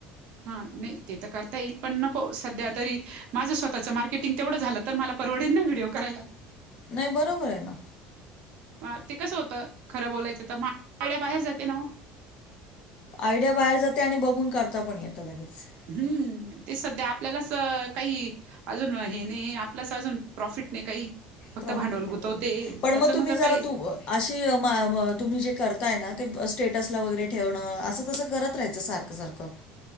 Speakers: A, on the right (about 55°); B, on the left (about 40°).
A: हा नाही ते तर करता येईल पण नको सध्या तरी माझं स्वतःचं मार्केटिंग तेवढं झालं तर मला परवडेल ना व्हिडिओ करायला.
B: नाही बरोबर आहे ना.
A: हा ते कसं होतं खरं बोलायचं तर आयडिया बाहेर जाते ना ओ
B: आयडिया बाहेर जाते आणि बघून करता पण येतं लगेच.
A: हम्म ते सध्या आपल्यालाच काही अजून हे नाही आपल्यास अजून प्रॉफिट नाही काही फक्त
B: प्रॉफिट
A: भांडवल
B: नाही
A: गुतवते
B: बरोबर. पण
A: त्याच
B: मग तुम्ही
A: माझं
B: जरा
A: काही
B: तू अशी मा मा तुम्ही जे करताय ना ते स्टेटसला वगैरे ठेवणं असं तसं करत राहायचं सार ख सारखं